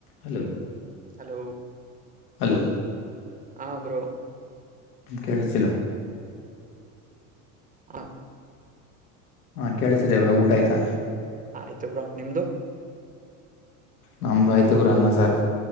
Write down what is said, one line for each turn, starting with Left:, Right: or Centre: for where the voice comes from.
Left: Hello
Right: hello
Left: hello
Right: ಹಾ bro.
Left: ಕೇಳ್ಸ್ತೀಲ್ಲ.
Right: ಹಾ.
Left: ಹಾ ಕೇಳ್ಸ್ತೀದೆ ಬ್ರೋ ಊಟ ಆಯ್ತಾ.
Right: ಆಯ್ತು ಬ್ರೋ ನಿಮ್ದು
Left: ನಮ್ದ ಆಯ್ತು ಬ್ರೋ ಅನ್ನ ಸರ್